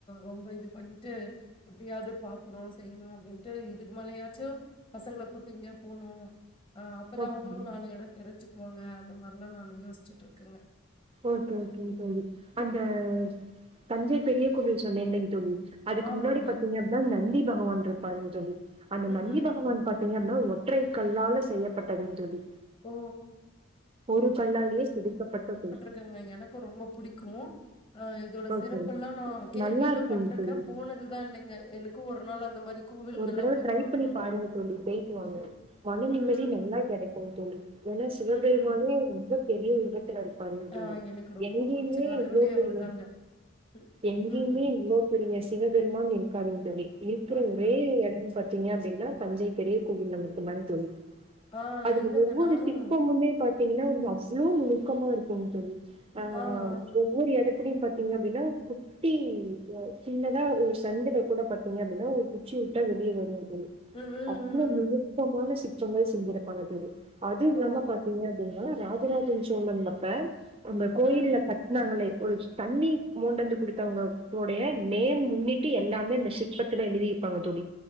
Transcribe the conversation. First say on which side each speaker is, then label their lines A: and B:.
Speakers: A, on the left; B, on the right.
A: ரொம்ப இது பண்ணிட்டு எப்படியாவது பார்க்கணும் செய்யணும் அப்படின்ட்டு இதுக்கு மேலயாச்சும் பசங்களை கூட்டி எங்கயா போணும் ஆஹ் அப்பதான்
B: ஓகே
A: அவுங்களும் நாலு இடம் தெரிஞ்சுக்குவாங்க இந்த மாரி எல்லாம் நானு யோசிச்சுட்டு இருக்கேங்க
B: ஓகே ஓகேங்க தோழி அ உம் தஞ்சை பெரிய கோவில் சொன்னேன்லங்க தோழி அதுக்கு
A: ஆமாங்க.
B: முன்னாடி பாத்தீங்க அப்படின்னா நந்தி பகவான் ருபாருங்க தோழி அந்த
A: ம்,
B: நந்தி
A: ம்.
B: பகவான் பத்த ஒற்றை கல்லால செய்யப்பட்டதுன்றது
A: ஓ
B: ஒரு பள்ளாலேயே செதுக்கப்பட்ட பொள்
A: இருக்குங்க எனக்கு ரொம்ப பிடிக்கும் இதோட
B: ஓகே
A: சிறப்புெ எல்லாம் நான் கேள்வி
B: நல்லா
A: எல்லாம்
B: இருக்குங்க
A: பட்டிருக்கேன்
B: தோழி
A: போனதுதான் இல்லைங்க எனக்கு ஒரு நாள் அந்த மாரி கோவிலுங்கலாம்
B: ஒரு தடவை
A: போய்
B: ட்ரை
A: பார்க்கணும்னு
B: பண்ணி பாருங்க தோழி பேயட்டு வாாங்க
A: ம்,
B: மன
A: ம்,
B: நிம்மதி
A: ம்,
B: நல்லா கிடைக்கும் தோழி ஏன்னா சிவபெருமானே
A: ம், ம்.
B: ரொம்ப பெரிய உலகத்துல இருக்காதுன்னு சொல்லி
A: ஆ எனக்கு ரொம்ப
B: எங்கேயுமே
A: புடிச்ச கடவுளே
B: இவ்வளோ பெரிய
A: அவர்தாங்க. ம்.
B: எங்கயுமே
A: ம்.
B: இவ்ளோ பெரிய சிவபெருமான் இருக்காதுன்னு சொல்லி இருக்கிற
A: அதுதான்.
B: ஒரே இடம்ன்னு பாாரத்தீங்க அப்படின்னா தந்தை தெரிய கல மண தோழி
A: ஆ
B: <unintelligible> அதுல
A: இல்லங்க
B: ஒவ்வொரு
A: நானும்
B: சிற்பமுமே பாத்தீங்கன்னா அவ்வளோ ந பக்கமா இருக்கோ தோலி ஆஹ்
A: ஆ, ஆ.
B: ஒவ்வொரு இடத்தலயும் பத்த ங்க அப்படின்னா குட்டி சின்னதான் ஒரு சந்தில கூட ப ஏங்க அப்படின்னா ஒரு புச்சி விட்டா வெளியே வரும்
A: ம், ம்,
B: அவ்வளவு
A: ம்,
B: நெருக்கமான
A: ம்.
B: ச ஷங்கள் செஞ்சிருப்பாங்க தோலி அதுவும்
A: ஓ!
B: இல்லாம பாத்தீங்க அப்படின்னா ராஜராஜன் சோழன் மபேன் அந்த கோயில்ல
A: ம்.
B: கட்டினாங்களே ஒரு தண்ணி மோண்டந்து குடுத்தவங்கடைய நேம் முன்னிட்டு எல்லாமே நசு பப்பத்துன எழுதி இருப்பாங்க தொழ